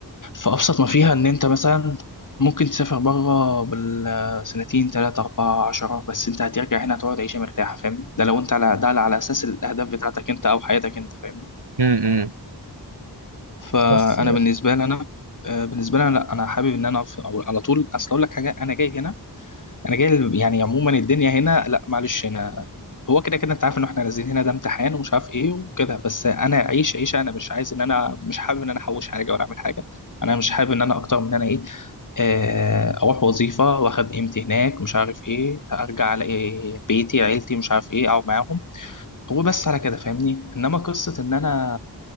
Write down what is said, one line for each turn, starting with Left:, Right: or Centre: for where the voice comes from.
Left: فأبسط ما فيها إن أنت مثلا ممكن تسافر بره بالسنتين تلاتة أربعة عشرة بس أنت هترجع هنا هتقعد عيشة مرتاحة فاهمني ده لو أنت على ده على أساس الأهداف بتاعتك أنت أو حياتك أنت فاهمني
Right: امم أمم.
Left: فأنا
Right: بس
Left: بالنسبة لي أنا آه، بالنسبة لي أنا لأ أنا حابب إن أنا في- أو على طول أصل أقول لك حاجة أنا جاي هنا أنا جاي ل- يعني عموما الدنيا هنا لأ معلش هنا هو كده كده أنت عارف إن إحنا نازلين هنا ده امتحان ومش عارف إيه وكده بس أنا أعيش عيشة أنا مش عايز إن أنا مش حابب إن أنا أحوش حاجة ولا أعمل حاجة أنا مش حابب إن أنا أكتر من أنا إيه آه، اروح وظيفه واخد قيمتي هناك مش عارف ايه ارجع على إيه بيتي عيلتي مش عارف ايه اقعد معاهم وبس على كده فاهمني انما قصه ان انا